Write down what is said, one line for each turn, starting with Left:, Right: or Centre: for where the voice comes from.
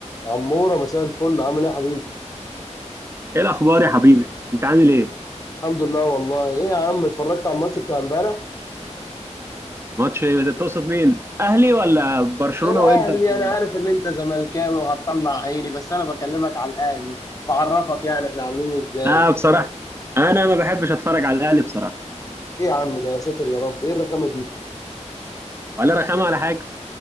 Left: عمورة مساء الفل عامل ايه يا حبيبي؟
Right: ايه الاخبار يا حبيبي انت عامل ايه
Left: الحمد لله والله ايه يا عم اتفرجت على الماتش بتاع امبارح؟
Right: ماتش إيه؟ تقصد مين اهلي ولا برشلونه
Left: الاهلي
Right: وانتر في...
Left: انا عارف ان انت زملكاوي وهتطلع عيني بس انا بكلمك على الاهلي بعرفك يعني احنا عاملين ازاي؟
Right: لا بصراحه انا ما بحبش اتفرج على الاهلي بصراحه
Left: ايه يا عم ده يا ساتر يا رب ايه الرخامة دي؟
Right: ولا رخامه ولا حاجه